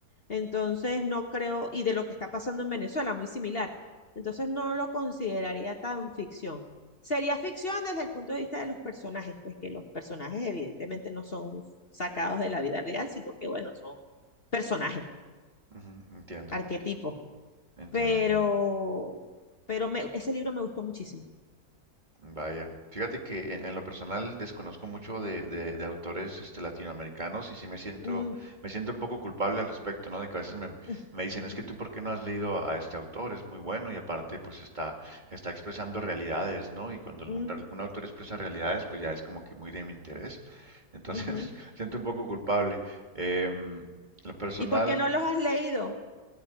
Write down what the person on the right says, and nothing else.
ujú, Entiendo,
entiendo,
entiendo.
Vaya, fíjate que en, en lo personal desconozco mucho de, de- de autores este, latinoamericanos y sí me siento,
me siento un poco culpable al respecto, ¿no? De que a veces me,
me dicen, es que tú, ¿por qué no has leído a este autor? Es muy bueno y aparte, pues está, está expresando realidades, ¿no? Y cuando un,
real- un autor expresa realidades, pues ya es como que muy de mi interés. Entonces,
<laughs> me siento un poco culpable. Em, lo personal.